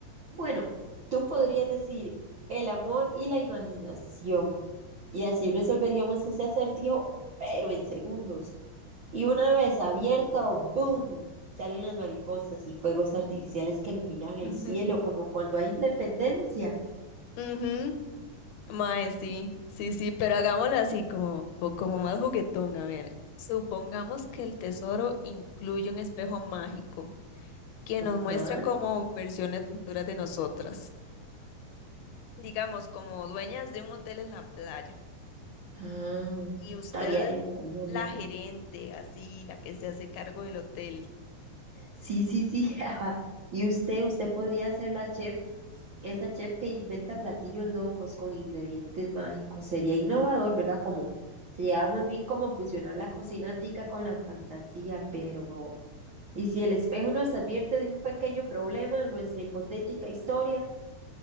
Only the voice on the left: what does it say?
<laughs>
Ujú. Mae, sí, sí, sí, pero hagámoslo así, como, po- como más juguetón. A ver, supongamos que el tesoro incluye un espejo mágico que nos
muestra como versiones futuras de nosotras. Digamos, como dueñas de un hotel en la playa
y usted
la
gerente, así, la que se hace cargo del hotel.